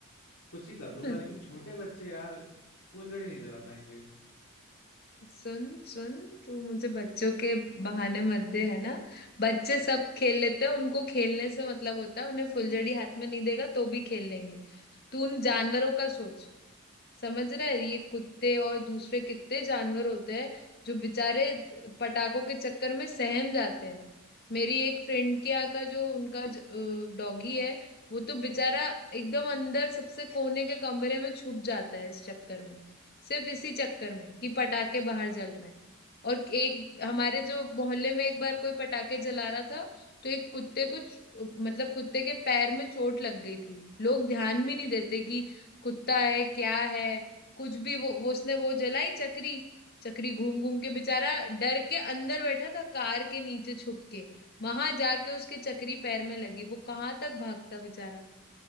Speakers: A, on the left; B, on the left.
A: कुछ ही कर लूंगा
B: हम्म।
A: लेकिन छोटे बच्चे यार फुलझड़ी नहीं जला पाएंगे
B: सुन सुन तू मुझे बच्चों के बहाने मत दे है ना बच्चे सब खेल लेते हैं उनको खेलने से मतलब होता है उन्हें फुलझड़ी हाथ में नहीं देगा तो भी खेल लेंगे तू उन जानवरों का सोच समझ रहे हैं? ये कुत्ते और दूसरे कितने जानवर होते हैं जो बेचारे पटाखों के चक्कर में सहम जाते हैं मेरी एक फ्रेंड के यहाँ का जो उनका डॉगी है वो तो बेचारा एकदम अंदर सबसे कोने के कमरे में छुप जाता है इस चक्कर में सिर्फ इसी चक्कर में कि पटाखे बाहर जल रहे हैं और एक हमारे जो मोहल्ले में एक बार कोई पटाखे जला रहा था तो एक कुत्ते को च- मतलब कुत्ते के पैर में चोट लग गई थी लोग ध्यान भी नहीं देते कि कुत्ता है क्या है कुछ भी वो, वो उसने वो जलाई चक्री चक्री घूम घूम के बेचारा डर के अंदर बैठा था कार के नीचे छुप के वहां जाके उसके चक्री पैर में लगी वो कहाँ तक भागता बेचारा